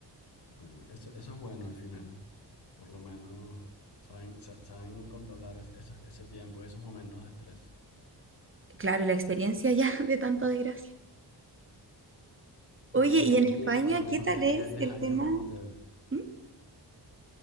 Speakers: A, on the left; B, on the right.
A: bueno, eso, eso es bueno al final. Por lo menos saben, sa- saben controlar es- esas- ese tiempo y esos momentos de estrés.
B: Claro, la experiencia ya <laughs> de tanta desgracia.
A: Y,
B: Oye,
A: y
B: ¿y
A: de aquí,
B: en España
A: por lo menos
B: qué tal
A: de aquí
B: es
A: a 10
B: el
A: años,
B: tema?
A: ¿cómo te ves?
B: ¿Mm?